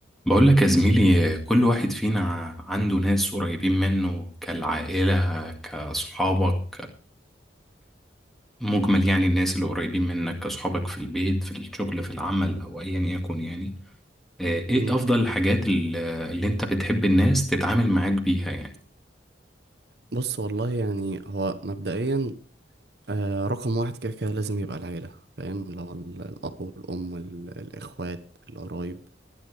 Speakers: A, in the centre; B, on the right.
A: بقول لك يا زميلي كل واحد فينا عنده ناس قريبين منه كالعائلة كصحابك مجمل يعني الناس اللي قريبين منك كصحابك في البيت في الشغل في العمل أو أيا يكن يعني آه، إيه
B: مم.
A: أفضل الحاجات ال- اللي أنت بتحب الناس تتعامل معاك بيها يعني
B: بص والله يعني هو مبدئيا آه رقم واحد كده كده لازم يبقى العيلة فاهم اللي هو ال- الأب والأم ال- الإخوات القرايب